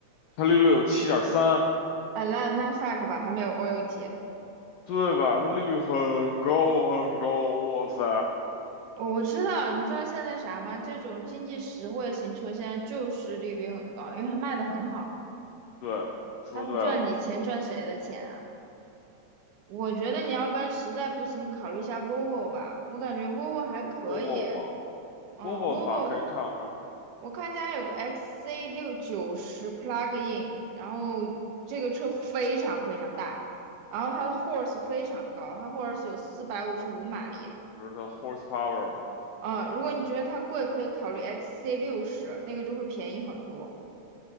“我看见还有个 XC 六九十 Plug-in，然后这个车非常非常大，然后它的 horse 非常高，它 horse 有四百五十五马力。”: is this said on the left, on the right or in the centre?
Right